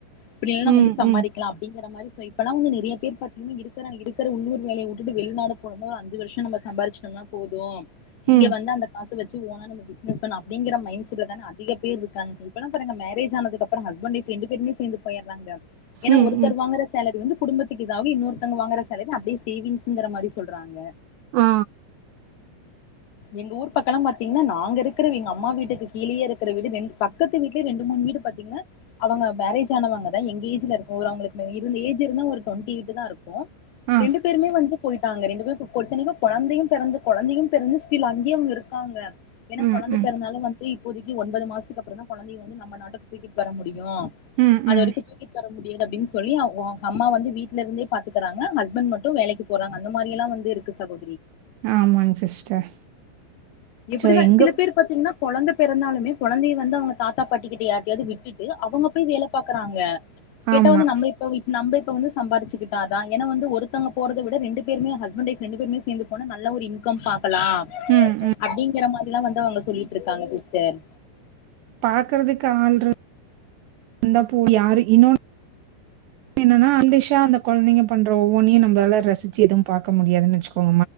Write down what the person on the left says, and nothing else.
இப்டியெல்லா நம்ம
வந்து சம்பாதிக்லா
அப்டிங்கிற மாரி சோ இப்பலா வந்து நெறையா பேர் பாத்தீங்னா இருக்குறா இருக்குற உள்ளூர் வேலைய வுட்டுட்டு வெளிநாடு போடம்போத அஞ்சு வர்ஷ நம்ம சம்பாரிச்சுடம்னா னா போது இங்க
வந்து அந்த காசு வச்சு ஓனா நம்ம பிஸ்னஸ் பண்லா அப்டிங்கிற மைண்ட் செட்ல தான அதிக பேர் இருக்காங்க இப்பலா பாருங்க மேரேஜ் ஆனதுக்கப்ற ஹஸ்பண்ட் ஒய்ஃப் ரெண்டு பேருமே சேந்து பேயிர்றாங்க ஏனா
ஒருத்தர்
வாங்குற சேலரி வந்து குடும்பத்துக்கு இதாகு இன்னொருத்தங்க வாங்குற சேலரி அப்டியே சேவிங்ஸுங்கிற மாரி சொல்றாங்க
எங்க ஊர் பக்கலா பாத்தீங்னா நாங்க இருக்குற வீ எங்க அம்மா வீட்டுக்கு கீழயே இருக்குற வீடு ரெண்டு பக்கத்து வீட்லே ரெண்டு மூ மூணு வீடு பாத்தீங்னா அவங்க மேரேஜ் ஆனவங்க தா எங்க ஏஜ்ல இருக்கு ஒரு அவ்ங்களுக்குள்ள இருந்த ஏஜ் ஜ் இருந்தா ஒரு டொன்டி எய்ட்டு தா இருக்கு
ரெண்டு பேருமே வந்து போய்ட்டாங்க ரெண்டு பேரு இப்ப பொறுத்தன்னைக்கு கொழந்தையு பெறந்து கொழந்தையு பெறந்து ஸ்டில் அங்கே அவுங்க இருக்காங்க ஏனா
கொழந்த
பெறந்தாலு வந்து இப்போதைக்கு ஒன்பது மாசத்துக்கு அப்றந்தா கொழந்தைய வந்து நம்ம நாட்டுக்கு தூக்கிட்டு வர முடியு யு
அது
வரைக்கு தூக்கிட்டு வர முடியாது அப்டின் சொல்லி அவ் ஓ ஹம்மா வந்து வீட்லருந்தே பாத்துக்குறாங்க ஹஸ்பண்ட் மட்டு வேலைக்கு போறாங்க அந்த மாரியெல்லா வந்து இருக்கு சகோ
எப்டிதா
சில பேரு பாத்தீங்னா கொழந்த பெறந்தாலுமே கொழந்தைய வந்து அவுங்க தாத்தா பாட்டிக்கிட்ட யார்ட்டையாது விட்டுட்டு அவுங்க போய் வேல பாக்குறாங்க கேட்டா
வந்து நம்ப இப்ப வீக் நம்ப வந்து சம்பாருச்சுகிட்டா அதா ஏன்னா வந்து ஒருத்தங்க போறத விட ரெண்டு பேருமே ஹஸ்பண்ட் ஒய்ஃப் ரெண்டு பேருமே சேந்து போனா நல்லா ஒரு இன்கம் பாக் கலா
அப்டிங்கற மாரில்லா வந்து அவங்க சொல்லிட்டு இருக்காங்க சிஸ்டர்